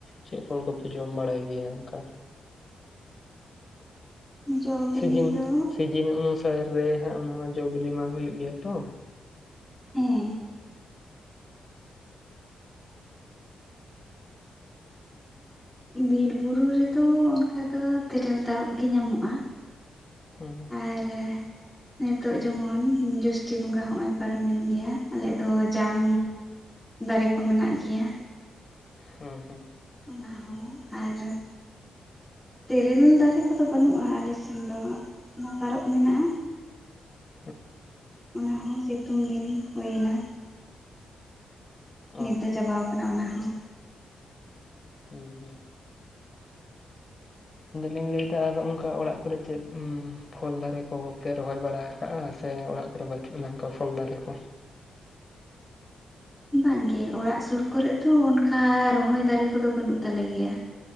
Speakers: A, on the left; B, in the centre.
A: ᱪᱮᱫ ᱯᱷᱚᱞ ᱠᱚᱯᱮ ᱡᱚᱢ ᱵᱟᱲᱟᱭ ᱜᱮᱭᱟ ᱚᱱᱠᱟ?
B: ᱡᱚ ᱵᱤᱞᱤ
A: ᱥᱤᱡᱤᱱ,
B: ᱫᱚ
A: ᱥᱤᱡᱤᱱ ᱚᱱᱩᱥᱟᱨ ᱨᱮ ᱦᱟᱸᱜ ᱚᱱᱟ᱾ ᱢᱟ ᱡᱚᱼᱵᱤᱞᱤ ᱢᱟ ᱦᱩᱭᱩᱜ ᱜᱮᱭᱟ ᱾ᱛᱚ
B: ᱦᱮᱸ ᱵᱤᱨ ᱵᱩᱨᱩ ᱨᱮᱫᱚ ᱚᱱᱠᱟ ᱫᱚ ᱛᱮᱨᱮᱞ ᱛᱟᱨᱚᱵ ᱜᱮ ᱧᱟᱢᱚᱜᱼᱟ᱾
A: ᱦᱮᱸ
B: ᱟᱨ ᱱᱤᱛᱚᱜ ᱡᱮᱢᱚᱱ ᱡᱚᱥᱴᱤ ᱵᱚᱸᱜᱟ ᱦᱚᱸᱚᱭ ᱯᱟᱨᱚᱢᱮᱱ ᱜᱮᱭ-ᱟ᱾ ᱟᱞᱮᱭᱟᱜ ᱫᱚ ᱡᱟᱢ ᱫᱟᱨᱮᱠᱚ ᱢᱮᱱᱟᱜ ᱜᱮᱭ-ᱟ᱾
A: ᱦᱩᱸ ᱦᱩᱸ
B: ᱚᱱᱟᱦᱚᱸ ᱟᱨ ᱛᱮᱨᱮᱞ ᱫᱟᱨᱮ ᱠᱚᱼᱫᱚ ᱵᱟᱹᱱᱩᱜᱼᱟ᱾ ᱟᱞᱮᱥᱮᱱ ᱫᱚ, ᱚᱱᱟ ᱛᱟᱨᱚᱵ ᱢᱮᱱᱟᱜᱼᱟ᱾
A: <inaudible>
B: ᱚᱱᱟᱦᱚᱸ ᱥᱤᱛᱩᱝ ᱫᱤᱱ ᱦᱳᱭᱮᱱᱟ᱾ ᱱᱤᱫ
A: ᱚ
B: ᱫᱚ ᱪᱟᱵᱟᱣ ᱠᱟᱱᱟ᱾ ᱚᱱᱟᱦᱚᱸ
A: ᱦᱩᱸ ᱦᱩᱸ ᱵᱤᱞᱤᱞᱮᱠᱟ ᱟᱨᱚ ᱚᱝᱠᱟ ᱚᱲᱟᱜ ᱠᱚᱨᱮ ᱪᱮᱫ, ᱩᱸ ᱯᱷᱚᱞ ᱫᱟᱨᱮ ᱠᱚᱼᱦᱚᱸ ᱯᱮ ᱨᱚᱦᱚᱭ ᱵᱟᱲᱟ᱾ ᱠᱟ ᱟ᱾ ᱥᱮ ᱚᱲᱟᱜ ᱠᱚᱨᱮ ᱵᱟᱪᱩᱜᱼᱟ᱾ ᱱᱚᱝᱠᱟ ᱯᱷᱚᱞ ᱫᱟᱨᱮ ᱠᱚ᱾
B: ᱵᱟᱝᱜᱮ ᱚᱲᱟᱜ ᱥᱩᱨ ᱠᱚᱨᱮᱫᱚ, ᱚᱱᱠᱟ ᱨᱚᱦᱚᱭ ᱫᱟᱨᱮ ᱠᱚᱼᱫᱚ ᱵᱟᱹᱱᱩᱜ ᱛᱟᱞᱮ ᱜᱮᱭᱟ᱾